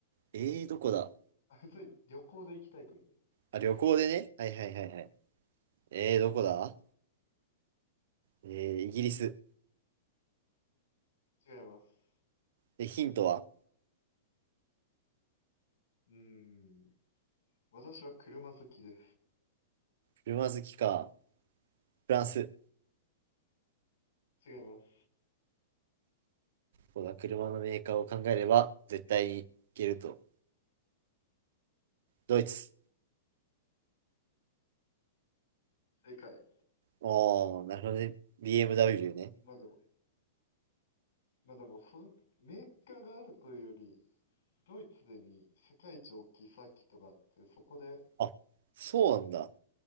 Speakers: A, on the right; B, on the left.
A: えー、どこだ
B: あ、普通に旅行で行きたい国
A: あ、旅行でね。はいはいはいはい。えー、どこだえー、イギリス。
B: 違います。
A: で、ヒントは
B: うーん、私は車好きで
A: 車好きか、フランス、
B: す。違います。
A: こう車のメーカーを考えれば絶対にいけると。ドイツ。
B: 正解。
A: ああなるほどね。BMW ね。
B: まあでも、まあでもそ、メーカーがあるというより、ドイツでに世界一大きいサーキットがあって、そこで、
A: あ、そうなんだ。